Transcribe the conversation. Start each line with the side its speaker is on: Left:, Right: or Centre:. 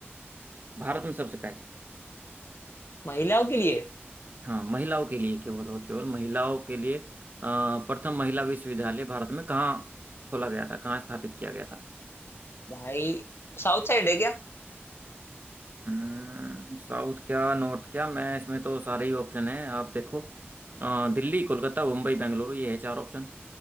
Right: भारत में सबसे पहले
Left: महिलाओं के लिए
Right: हाँ महिलाओं के लिए केवल और केवल महिलाओं के लिए अ, प्रथम महिला विश्वविद्यालय भारत में कहाँ खोला गया था कहाँ स्थापित किया गया था
Left: भाई साउथ साइड है क्या
Right: हम्म, साउथ क्या नॉर्थ क्या मैं इसमें तो सारे ही ऑप्शन हैं आप देखो अ, दिल्ली कोलकाता मुंबई बेंगलुरु ये है चार ऑप्शन